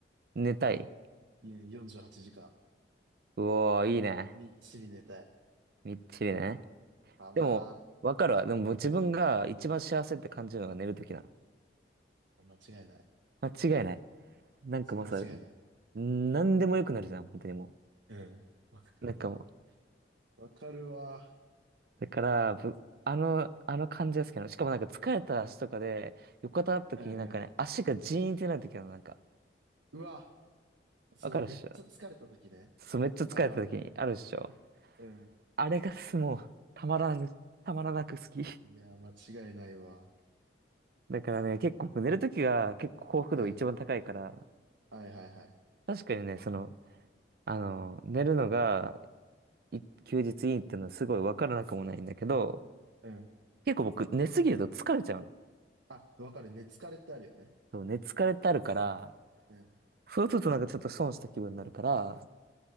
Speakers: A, on the right (about 55°); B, on the right (about 85°).
A: 寝たい。
B: うん48時間。
A: うおー、いいね。
B: みっちり寝たい。
A: みっちりね。
B: かな
A: でも、わかるわ。でも自分が一番幸せって感じるのが寝るときなの。
B: ぁ。間違いない。
A: 間違いない。なんかもうさ、
B: それ間違いない。
A: なんでもよくなるじゃん、本当にも
B: うん。わかるわ。
A: う。なんかも
B: わかるわ。
A: う。だから、ぶあの、あの感じが好きなの。しかもなんか疲れた足とかで、横たわったときになんかね、
B: うんう
A: 足がジーンってなるときなの、なんか。
B: ん。うわ、そのめっちゃ疲れた時ね。
A: わかるっしょそう、めっちゃ疲れたときにあるっしょ
B: あるある。うん。
A: あれがもう、たまらなたまらなく好き。
B: いや、間違いないわ。
A: だからね、結構寝るときが結構幸福度が一番高いから、
B: うん。はいはいはい。
A: 確かにね、その、あの、寝るのがい休日いいっていうのはすごいわからなくもないんだけど、
B: うん。
A: 結構僕寝すぎると疲れちゃうの。
B: あ、わかる。寝疲れってあるよね。
A: そう、寝疲れってあるから、
B: うん。
A: そうするとなんかちょっと損した気分になるから、